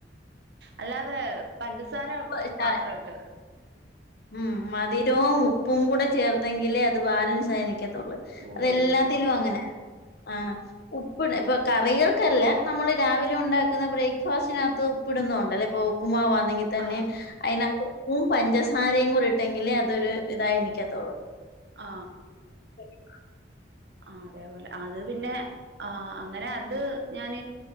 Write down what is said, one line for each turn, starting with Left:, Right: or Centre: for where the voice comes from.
Right: അല്ലാതെ പഞ്ച സാരം
Left: അപ്പൊ ശ-
Right: മാത്ര കേട്ട്
Left: ഉം മധുരവും ഉപ്പും കൂടെ ചേർത്തെങ്കില് അത് ബാലൻസ് ആയി നിക്ക
Right: ഓ
Left: അതെല്ലാത്തിലും
Right: അങ്ങനെ
Left: അങ്ങനെ ആ ഉപ്പിണ് ഇപ്പൊ കറികൾക്കല്ല നമ്മൾ രാവിലെ ഉണ്ടാക്കുന്ന ബ്രേക്ക്ഫാസ്റ്റിനകത്ത് ടുന്നണ്ടല്ലേ ഇപ്പ ഉ്മാ തന്നെ
Right: ആ
Left: അതിനക ഉപ്പും പഞ്ചസാരയും കൂടി ഇട്ടെങ്കിലേ അതൊരു ഇതായി എനിക്കത്തോുള്ളൂ
Right: ആ
Left: ആ
Right: ആ അതേപോലെ അത് പിന്നെ ആ അങ്ങനെ അത് ഞൻ